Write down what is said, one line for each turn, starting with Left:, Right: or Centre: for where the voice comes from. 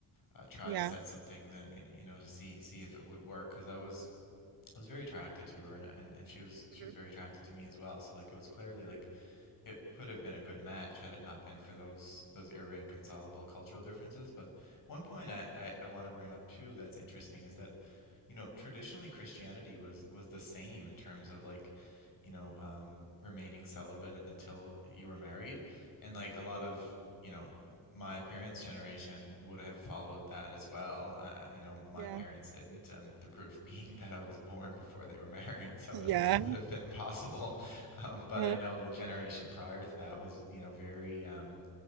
Left: uh, try
Right: yeah.
Left: to set some things in, in- you know, to see see if it would work because I was I was very attracted to her and and and she was
Right: Mhm.
Left: she was very attracted to me as well. So like it was clearly like it could have been a good match had it not been for those those irreconcilable cultural differences. But one point I, I, I want to bring up too that's interesting is that, you know, traditionally Christianity was was the same in terms of like, you know, um, remaining celibate until you were married, and like a lot of you know my parents' generation would have followed that as well. I, I know my
Right: Yeah.
Left: parents didn't. Um, the proof <laughs> being that I was born before they were married, so
Right: Yeah.
Left: <laughs> it would have been impossible. Um, but
Right: Uh,
Left: I know the generation prior to that was, you know, very, um,